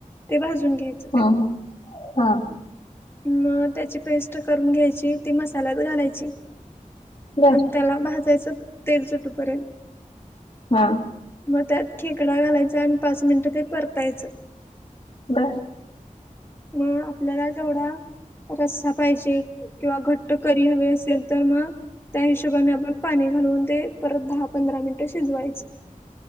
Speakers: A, on the left (about 15°); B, on the left (about 40°).
A: ते भाजून घ्यायच.
B: हो. हां.
A: म त्याची पेस्ट करून घ्यायची. ती मसाल्यात घालायची.
B: बर
A: आणि त्याला भाजायचं तेल सुटूपर्यंत.
B: हा.
A: मग त्यात खेकडा घालायचा आणि पाच मिनिटं ते परतायचं.
B: <unintelligible>
A: मग आपल्याला जेवढा -- रस्सा पाहिजे किंवा घट्ट करी हवी असेल तर मग- - त्या हिशोबाने आपण पाणी घालून ते परत दहा पंधरा मिनिटं शिजवायच.